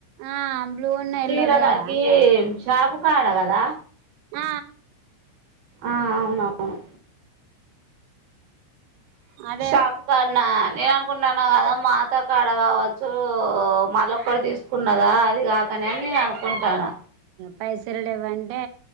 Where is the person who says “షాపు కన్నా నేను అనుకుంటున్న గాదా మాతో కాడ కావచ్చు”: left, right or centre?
Right